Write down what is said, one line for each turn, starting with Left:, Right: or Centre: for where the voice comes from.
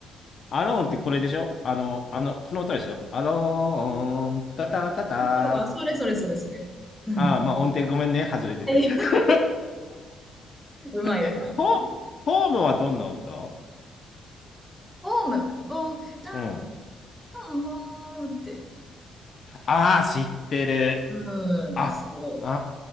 Left: アローンってこれでしょあの、あの、この歌でしょアローン、タタタタ。
Centre: だからそれそれそれそれ。うん。
Left: ああ、まあ音程ごめんね。外れてて。
Centre: <laughs>
Left: <laughs>
Centre: うまいうまい。
Left: え、ホ、ホームはどんな歌
Centre: ホーム、僕たち
Left: うん。
Centre: のホームって。
Left: ああ、知ってる。
Centre: うん、
Left: あ、
Centre: そう。
Left: あ